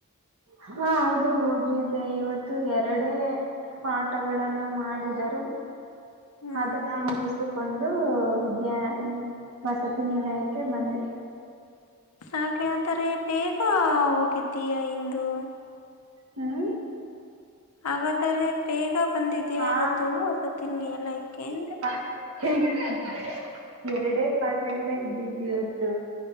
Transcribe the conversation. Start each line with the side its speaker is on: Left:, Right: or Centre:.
Right: ಹಾ ಹೌದು ಹೋಗಿದ್ದೆ ಇವತ್ತು ಎರಡ ಪಾಠಗಳನ್ನು ಮಾಡಿದರು
Left: ಹ್ಮ್
Right: ಅದನ್ನು ಮುಗಿಸಿಕೊಂಡು ವಿದ್ಯಾ ವಸತಿ ನಿಲಯಕ್ಕೆ ಬಂದೆ
Left: ಹಾಗೆ ಅಂದರೆ ಬೇಗ ಹೋಗಿದ್ದೀಯಾ ಇಂದು
Right: ಹ್ಮ್
Left: ಹಾಗಾದ್ರೆ ಬೇಗ ಬಂದಿದ್ಯಾ
Right: ಹಾ
Left: ಇವತ್ತು ಅಗತ್ತಿನಿ ಎಲ್ಲಕ ಅಂದ್ರೆ
Right: <unintelligible> ಎರಡೇ ಪಾಸಗಡೆ ಇದ್ದಿದ್ದಿ ಇವತ್ತು